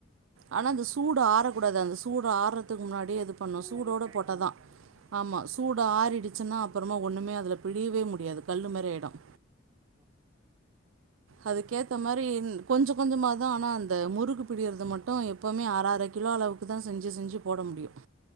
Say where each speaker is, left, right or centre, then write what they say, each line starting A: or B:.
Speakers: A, on the right; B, on the right.
A: ஆனா அந்த சூடு ஆறக்கூடாது அந்த சூடு ஆற முன்னாடிேயே இது பண்ணும்
B: முன்னாடி
A: சூடோட
B: போட்டர்ணு
A: போட்டாதான் ஆமா
B: ஆ
A: சூட ஆறிடிச் ரச்சனா அப்புறமா ஒன்னுமே அதுல பிழியவே முடியாது கல்லு மாரியாயிடும்
B: ஹ
A: அதுக்கேத்த மாரி கொஞ்சம் கொஞ்சமாதான் ஆனா அந்த முறுக்கு பிழிறது மட்டும் எப்வுமே அர அர கிலோ அளவுக்கு தான் செஞ்சு செஞ்சு போட முடியும்